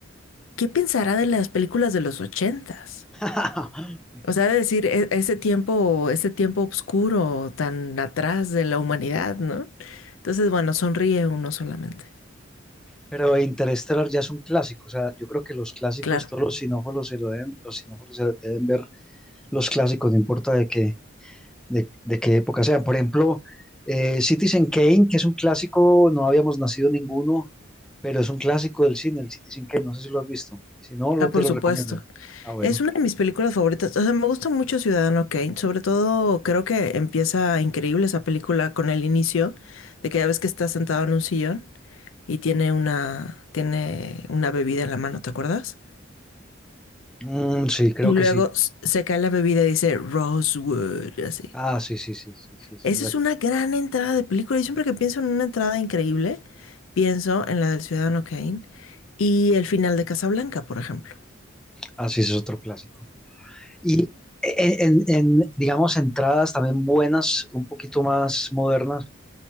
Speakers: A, on the left; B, in the centre.
A: ¿qué pensará de las películas de los ochentas?
B: <laughs>
A: O sea, de decir, e- ese tiempo, ese tiempo oscuro tan atrás de la humanidad, ¿no? Entonces, bueno, sonríe uno solamente.
B: Pero Interstellar ya es un clásico, o sea, yo creo que los clásicos,
A: Claro.
B: todos los sinófilos se lo deben, los sinófilos se deben ver los clásicos, no importa de qué, de, de qué época sean. Por ejemplo, eh, Citizen Kane, que es un clásico, no habíamos nacido ninguno, pero es un clásico del cine, el Citizen Kane, no sé si lo has visto. Si no, lo
A: Ah, por
B: te lo
A: supuesto.
B: recomiendo. Ah, bueno.
A: Es una de mis películas favoritas. O sea, me gusta mucho Ciudadano Kane. Sobre todo, creo que empieza increíble esa película con el inicio de que ya ves que está sentado en un sillón y tiene una, tiene una bebida en la mano, ¿te acuerdas?
B: Mm, sí, creo
A: Y luego
B: que sí.
A: s- se cae la bebida y dice Rosewood, así.
B: Ah, sí, sí, sí, sí, sí. esa
A: Esa
B: es la-
A: es una gran entrada de película. Y siempre que pienso en una entrada increíble, pienso en la del Ciudadano Kane y el final de Casablanca, por ejemplo.
B: Ah, sí, ese es otro clásico. Y en, en- en, digamos, entradas también buenas, un poquito más modernas.